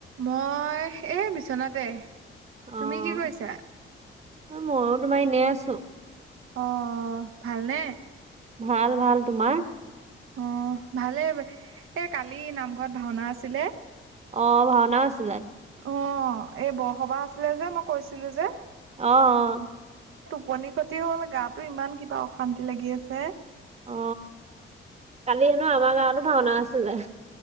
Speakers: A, on the right (about 80°); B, on the right (about 30°).
A: মই এ বিচনাতে।
B: অ',
A: তুমি কি কৰিছা?
B: এ মইও তোমাৰ এনেই আছো
A: অ ভালনে?
B: ভাল ভাল, তোমাৰ?
A: অ ভালেই এ কালি নামঘৰত ভাওনা আছিলে।
B: অ ভাওনাও আছিলে।
A: অ এই বৰসবাহ আছিলে যে মই কৈছিলো। যে
B: অহ অ
A: টুপনিক্ষতি হ'ল গাটো ইমান কিবা অশান্তি লাগি আছে।
B: অ কালি হেনো আমাৰ গাঁৱতো ভাওনা, আছিলে।